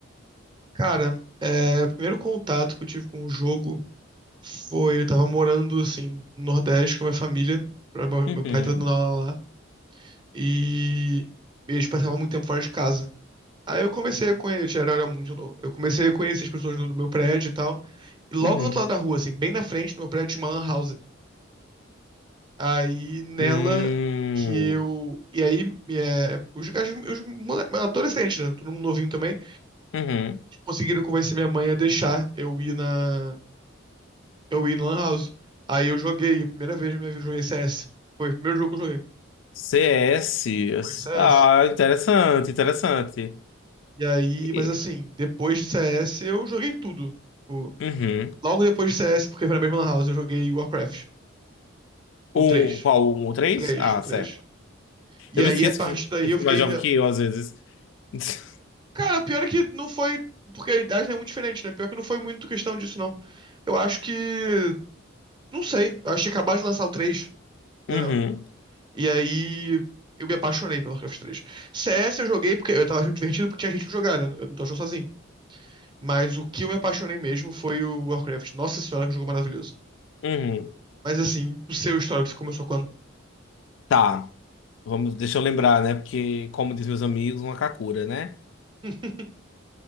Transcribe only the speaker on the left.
Uhum.
Uhum.
Hum,
uhum.
CS.
Ah, interessante, interessante.
E-
Uhum.
um,
qual? um, o três?
Ah,
certo.
Eu me
esqueço
que eu
eu
sou
mais jovem que eu, às vezes. <laughs>
Uhum,
uhum.
Tá, vamos, deixa eu lembrar, né? Porque, como diz meus amigos, uma kakura, né?